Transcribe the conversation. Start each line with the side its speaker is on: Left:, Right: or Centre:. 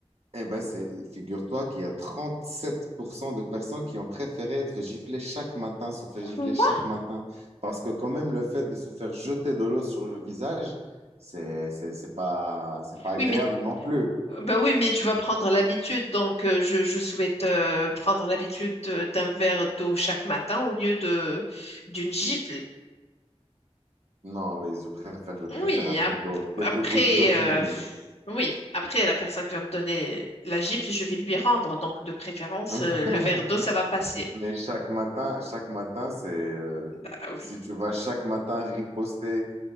Right: Eh ben, c'est, figure-toi qu'il y a 37% de personnes qui ont préféré être giflées chaque matin, se faire
Left: Quoi?
Right: gifler chaque matin. Parce que quand même, le fait de se faire jeter de l'eau sur le visage, c'est, c'est, c'est pas, c'est pas agréable
Left: Oui, mais
Right: non plus.
Left: bah oui, mais tu vas prendre l'habitude, donc euh, je, je souhaite euh, prendre l'habitude de- d'un verre d'eau chaque matin au lieu de d'une gifle.
Right: Non, oui, je préfère, je préfère
Left: Oui,
Right: un peu
Left: ap-
Right: d'eau.
Left: après,
Right: Quelques gouttes d'eau, c'est
Left: euh,
Right: mieux.
Left: oui, après la personne qui va me donner la gifle, je vais lui rendre. Donc, de préférence,
Right: <laughs>
Left: euh, le verre d'eau, ça va passer.
Right: Mais chaque matin, chaque matin, c'est, euh,
Left: Ah oui,
Right: si tu vas chaque matin riposter,